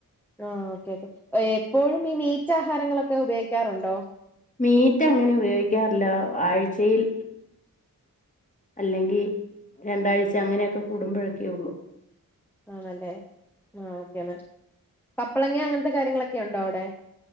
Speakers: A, in the centre; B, on the left.
A: ആ, ഓക്കെ, ഓക്കെ, എപ്പോഴും, ഈ, മീറ്റാഹാരങ്ങളൊക്കെ, ഉപയോഗിക്കാറുണ്ടോ.
B: മീറ്റ്, അങ്ങനെ, ഉപയോഗിക്കാറില്ല, ആഴ്ചയിൽ അല്ലെങ്കി, രണ്ടാഴ്, ച അങ്ങനെക്കെ, കൂടുമ്പോഴൊക്കെള്ളു
A: ആണല്ലേ, ആ, ഓക്കെ, മാ, കപ്പളങ്ങ, അങ്ങനത്തെ, കാര്യങ്ങളൊക് ഒക്കുണ്ടോ അവിടെ.